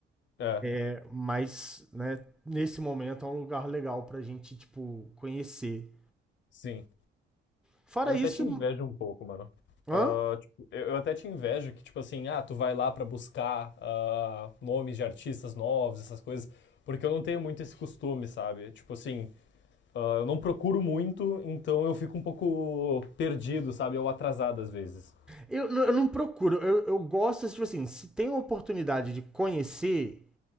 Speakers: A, on the left (about 65°); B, in the centre.
A: É.
B: é, mas né, nesse momento é um lugar legal pra gente tipo conhecer.
A: Sim.
B: Fora
A: Eu
B: isso,
A: até te invejo um pouco, mano.
B: hã?
A: Ah, tipo, eu eu até te invejo que, tipo assim, ah, tu vai lá pra buscar ah, nomes de artistas novos, essas coisas, porque eu não tenho muito esse costume, sabe? Tipo assim, ah, eu não procuro muito, então eu fico um pouco perdido, sabe? Ou atrasado às vezes.
B: Eu, eu não procuro, eu, eu gosto tipo assim, se tem a oportunidade de conhecer,